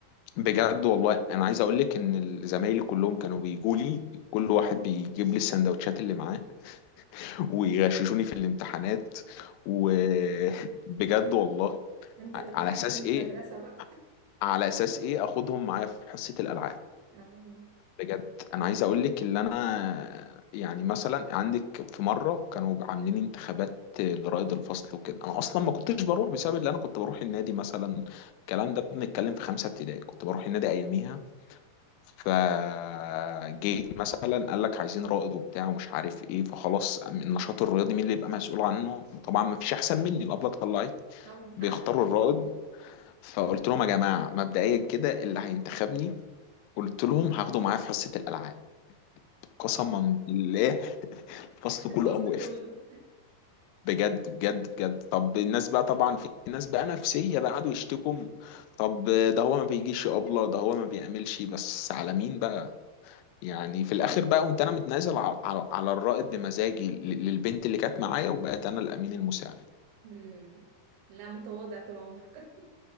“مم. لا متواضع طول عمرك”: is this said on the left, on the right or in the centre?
Right